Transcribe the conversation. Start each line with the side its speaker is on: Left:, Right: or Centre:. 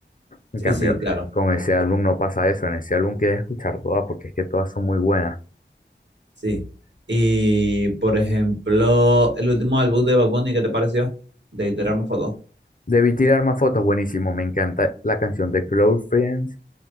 Left: En
Right: Sí,
Left: cambio,
Right: sí, claro,
Left: con ese álbum no pasa eso, en ese álbum quieres escuchar todas porque es que todas son muy buenas.
Right: sí. Y, por ejemplo, el último álbum de Bad Bunny, ¿qué te pareció? De Tirarme Fotos.
Left: Debí tirar más fotos, buenísimo, me encanta la canción de Close Friends,